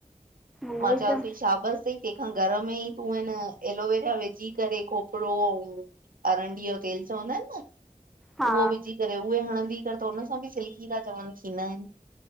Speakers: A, in the centre; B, on the right.
A: उहो
B: मां
A: ई
B: चवां
A: त
B: थी शाबस तंहिंखा घर में ई तूं आहे न एलोवेरा विझी करे खोपरो अरंडीअ जो तेल चवंदा आहिन न।
A: हा
B: उहो विझी करे, उहे हणंदी कर त उन सां बि सिल्की था चवन थींदा आहिन